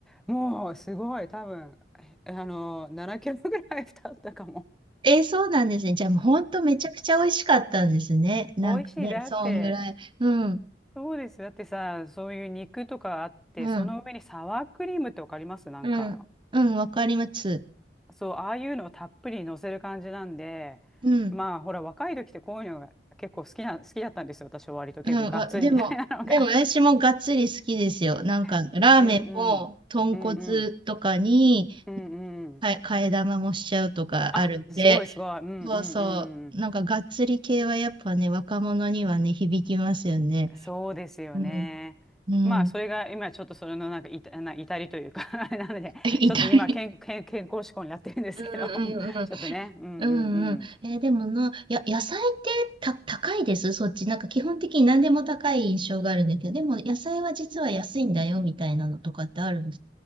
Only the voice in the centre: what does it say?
もうすごい、多分、えあの、7キロぐらい太ったかも。
美味しい。だって、
そうです。だってさ、そういう肉とかあって、
その上にサワークリームってわかりますなんか。
そう、ああいうのをたっぷり乗せる感じなんで、
まあ、ほら、若い時ってこういうのが結構好きな、好きだったんですよ。私は割と結構がっつりみたいなのが。
<laughs>
うんうん。
うんうん。うんうん。
あ、すごいすごい。うんうんうん。
そうですよね。
まあ、それが今ちょっとそれのなんかいた、な、至りというか <laughs> あれなので、
ちょっと今健、健、健康志向になってるんですけど、
もう <laughs>
ちょっとね。うんうんうん。